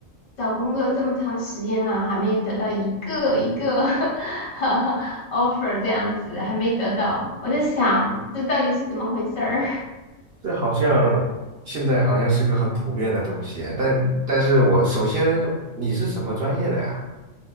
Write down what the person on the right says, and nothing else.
这好像现在好像是个很普遍的东西啊，但但是我首先你是什么专业的呀？